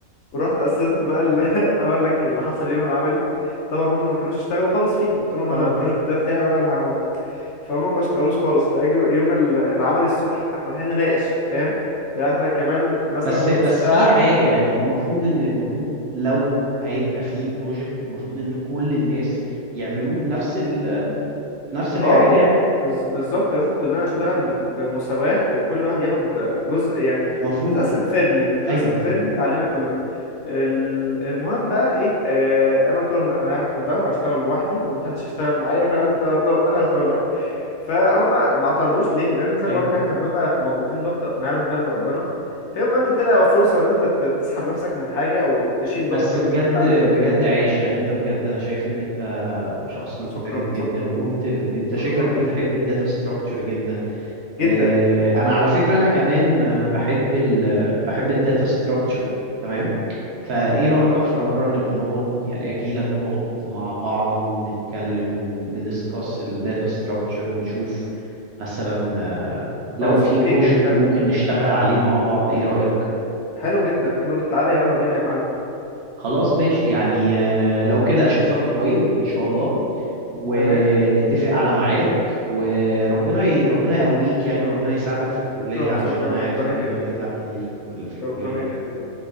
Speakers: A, on the left; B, on the right.
A: ورحت قسمت بقى ال... <laughs> هقول لك اللي حصل يوم العملي طبعا هم ما كانوش اشتغلوا خالص فيه قلت لهم
B: اه
A: انا البروجكت ده بتاعي وانا اللي هعمله فهم ما اشتغلوش خالص فاجوا يوم ال- العملي الصبح احنا رايحين نناقش فاهم يعني احنا كمان مثلا
B: بس
A: نص
B: بس
A: ساعة
B: في حاجة يعني المفروض ان المفروض لو هيبقى في بروجكت المفروض ان كل الناس يعملوه بنفس ال... بنفس الحاجة
A: اه ب-
B: يعني
A: بز- بالظبط لازم كلنا نشتغل
B: م?
A: بم- بمساواة وكل واحد ياخد جزء يعني
B: المفروض
A: تتقسم فيرلي تتقسم
B: ايوه
A: فيرلي علينا كلنا ال- المهم بقى ايه آه انا قلت لهم لا انا هاخد ده وهشتغل لوحدي ومحدش هيشتغل معايا فاهم انت قلت لهم انا هشتغل لوحدي فهم ما اعترضوش ليه لان زي ما
B: ايوه
A: بقولك احنا بنبقى مضغوطين ضغط ما يعلم به الا ربنا فيوم ما انت تلقى فرصة ان انت ت- تسحب نفسك من حاجة او تشيل
B: بس
A: ضغط من
B: بجد
A: اللي عليك
B: بجد عايش يعني انت بجد انا شايف ان انت شخص مجتهد
A: شكرا
B: جدا
A: شكرا
B: وقمت ال... انت شكلك
A: شكرا
B: بتحب
A: جدا
B: الداتا ستراكشر جدا
A: جدا
B: آه، انا على فكره انا كمان آه، بحب ال بحب الداتا ستراكشر تمام فايه
A: ده
B: رايك
A: تحفة
B: في مره نبقى نقعد يعني اجي لك نقعد مع بعض ونتكلم وندiscuss الداتا ستراكشر ونشوف مثلا آه،
A: خلاص
B: لو في
A: اوكي
B: بروجكت
A: جدا
B: ممكن نشتغل عليه مع بعض ايه رايك
A: حلو جدا حلو جدا تعالى يلا بينا يا معلم
B: خلاص ماشي يعني آه، لو كده أشوفك قريب إن شاء الله ونتفق
A: تمام
B: على ميعاد وربنا ي... ربنا يقويك يعني وربنا يساعدك في الكلية
A: شكرا
B: علشان
A: شكرا
B: أنا عارف
A: ربنا
B: إن
A: يخليك
B: أنت بتتعب كتير في الكل... في الكلية
A: ربنا
B: يعني
A: يخليك